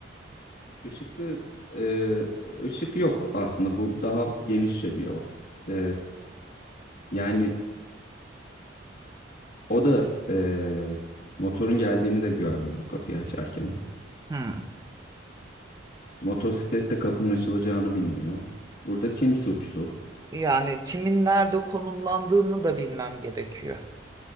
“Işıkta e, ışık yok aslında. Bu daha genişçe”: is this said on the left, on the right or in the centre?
Left